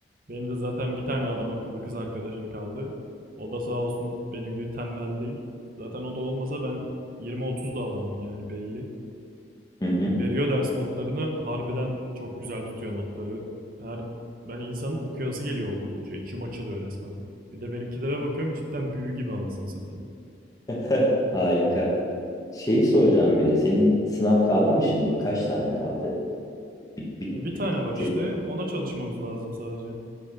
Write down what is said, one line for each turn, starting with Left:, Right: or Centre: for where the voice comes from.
Right: Benim de zaten bir tane adam akıllı kız arkadaşım kaldı. O da sağ olsun benim gibi tembel değil. Zaten o da olmasa ben 20-30 da alamam yani belli.
Left: Hı hı.
Right: Veriyor ders notlarını harbiden çok güzel tutuyor notları. Her ben insanın okuyası geliyor okudukça içim açılıyor resmen. Bir de benimkilere bakıyorum cidden büyü gibi anasını satayım.
Left: <laughs> Harika. Şeyi soracağım bir de. Senin sınav kaldı mı şimdi? Kaç tane kaldı? Bit, bit,
Right: Ya bir
Left: bit,
Right: tane var
Left: bitirdi.
Right: işte ona çalışmamız lazım sadece.